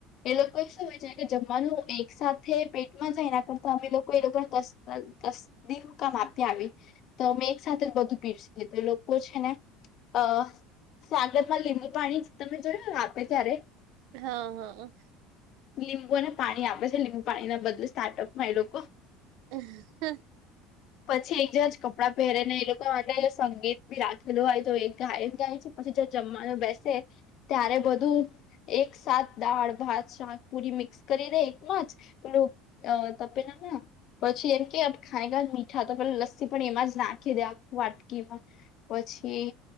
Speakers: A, on the left; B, on the right.
A: એ લોકો એ શું હોય છે કે જમવાનું એક સાથે પેટમાં જાય એના કરતા અમે એ લોકો એ લોકોને કસ <unintelligible> આપી આવી તો મે એક સાથે જ બધું <unintelligible> તો લોકો છે ને અ સ્વાગતમાં લીંબુ પાણી તમે જોયું આપે ત્યારે
B: હા હા
A: લીંબુ અને પાણી આપે છે લીંબુ પાણી ના બદલે સ્ટાર્ટઅપમાં એ લોકો
B: અહ હ
A: પછી એક જેવાજ કપડાં પહેરે ને એ તો જો સંગીત બી રાખેલું હોય તો એ ગાય ને ગાય છે પછી જો જમવાનું બેસે ત્યારે બધું એક સાથ દાળ ભાત શાક પુરી મિક્સ કરી દેય એકમાં જ પેલું તપેલામાં પછી એમ કે ખારામીઠા તો પેલા લસ્સી પણ એમાં જ નાખી દે વાટકીમાં પછી